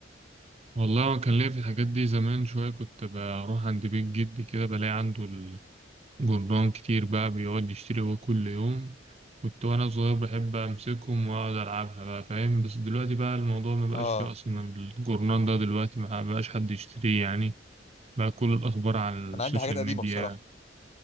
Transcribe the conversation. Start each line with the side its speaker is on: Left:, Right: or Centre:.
Right: والله أنا كان ليا في الحاجات دي زمان شوية كنت بروح عند بيت جدي كده بلاقي عنده جربان كتير بقى بيقعد يشتري هو كل يوم كنت وانا صغير بحب امسكهم واقعد العبها بقى فاهم بس دلوقتي بقى الموضوع ما بقاش
Left: اه
Right: فيه اصلا الجورنان ده دلوقتي ما بقاش حد يشتريه يعني بقى كل الاخبار على السوشيال
Left: انا عندي حاجات قديمة
Right: ميديا
Left: بصراحة